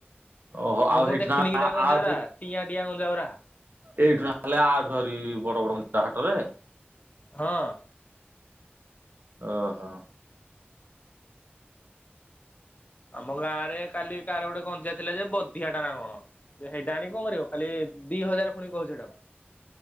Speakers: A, on the right; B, on the left.
A: ଓହୋ ଆଉ
B: ମୁଁ କଁ
A: ହେଇଠି
B: ଦେଖିନି
A: ନା
B: କି ତା ଗଞ୍ଜାଗୁରା
A: ଆଠୁ
B: ଟିଆଁ ଟିଆଁ ଗଞ୍ଜାଗୁରା।
A: ଏଇଠୁ ନ ହେଲେ ଆଠୁ ଆହୁରି ବଡ ବଡ ଉଞ୍ଚା ହାଟରେ।
B: ହଁ।
A: ଓ ହୋ।
B: ଆମ ଗାଁ ରେ କାଲି କାର ଗୋଟେ ଗଞ୍ଜା ଥିଲା ଯେ ବଧିଆ ଟା ନା କଣ ଯେ ସେଇଟା ଆଣି କଣ କରିବ ଖାଲି ଦି ହଜାର ପୁଣି କହୁଚି ହେଟାକୁ।